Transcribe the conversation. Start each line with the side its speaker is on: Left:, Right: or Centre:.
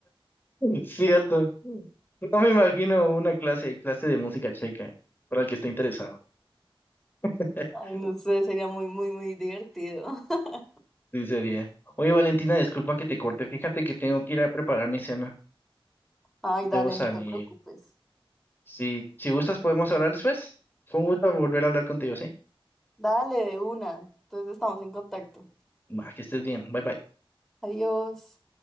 Left: <laughs> Cierto. No me imagino una clase, clase de música checa, para el que esté interesado. <laughs>
Centre: Ay, no sé, sería muy, muy, muy divertido. <laughs>
Left: Sí sería. Oye, Valentina, disculpa que te corte. Fíjate que tengo que ir a preparar mi cena.
Centre: Ay,
Left: Debo
Centre: dale,
Left: salir.
Centre: no te preocupes.
Left: Si, si gustas, podemos hablar después. Fue un gusto volver a hablar contigo, ¿sí?
Centre: Dale, de una. Entonces estamos en contacto.
Left: Va, que estés bien. Bye bye.
Centre: Adiós.